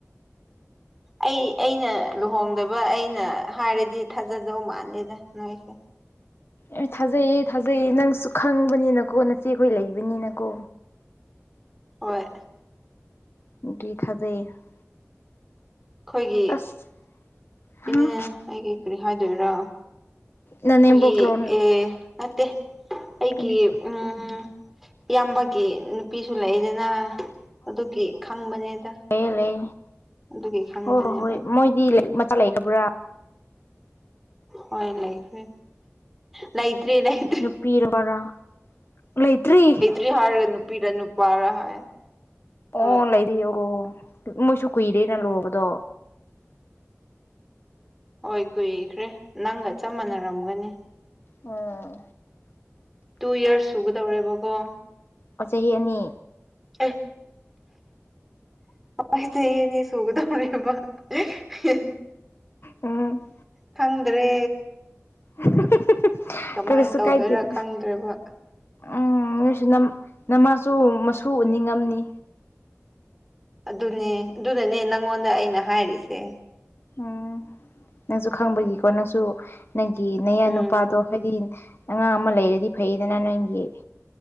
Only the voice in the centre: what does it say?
ꯑꯩ ꯑꯩꯅ ꯂꯨꯍꯣꯡꯗꯕ ꯑꯩꯅ ꯍꯥꯏꯔꯗꯤ ꯊꯥꯖꯗꯧ ꯃꯥꯜꯂꯦꯗ ꯅꯣꯏꯁꯦ
ꯍꯣꯏ
ꯈꯣꯏꯒꯤ
ꯎꯝ ꯑꯩꯒꯤ ꯀꯔꯤ ꯍꯥꯏꯗꯣꯏꯔꯥ
ꯈꯣꯏꯒꯤ
ꯑꯦ ꯅꯠꯇꯦ ꯑꯩꯒꯤ
ꯎꯝꯝ ꯏꯌꯥꯝꯕꯒꯤ ꯅꯨꯄꯤꯁꯨ ꯂꯩꯗꯅ ꯑꯗꯨꯒꯤ ꯈꯪꯕꯅꯦꯗ
ꯑꯗꯨꯒꯤ ꯈꯪꯕꯅꯦꯕ
ꯍꯣꯏ ꯂꯩꯈ꯭ꯔꯦ ꯂꯩꯇ꯭ꯔꯦ ꯂꯩ
<unintelligible> ꯄꯤꯔꯅꯨꯄꯥꯔꯥ ꯍꯥꯏ ꯍꯣꯏ
ꯍꯣꯏ ꯀꯨꯏꯈ꯭ꯔꯦ ꯅꯪꯒ ꯆꯞ ꯃꯥꯟꯅꯔꯝꯒꯅꯤ
ꯇꯨ ꯌ꯭ꯔꯁ ꯁꯨꯒꯗꯧꯔꯦꯕꯀꯣ
ꯑꯦ ꯍꯣꯏ ꯆꯍꯤ ꯑꯅꯤ ꯁꯨꯒ ꯗꯧꯔꯦꯕ ꯑꯦ
ꯈꯪꯗ꯭ꯔꯦ
ꯀꯃꯥꯏꯅ
ꯇꯧꯗꯣꯏꯔꯥ
ꯈꯪꯗ꯭ꯔꯦꯕ
ꯑꯗꯨꯅꯦ ꯑꯗꯨꯅꯅꯦ ꯅꯪꯉꯣꯟꯗ ꯑꯩꯅ ꯍꯥꯏꯔꯤꯁꯦ
ꯎꯝ